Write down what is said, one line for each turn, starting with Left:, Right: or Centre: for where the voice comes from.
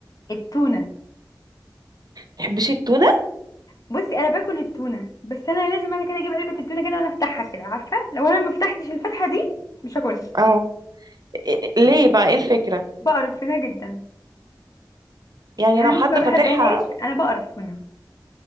Left: <laughs> التونة
Right: بتحبيش التونة
Left: بصي انا باكل التونة بس انا لازم انا كده اجيب علبة التونة كده وانا افتحها كده عارفة لو انا ما فتحتش الفتحة دي مش هاكلها
Right: اه إيه- ليه بقى ايه الفكرة
Left: بقرف منها جدا
Right: يعني
Left: انا
Right: لو
Left: مش
Right: حد
Left: ما بحبهاش
Right: فاتحها
Left: انا بقرف منها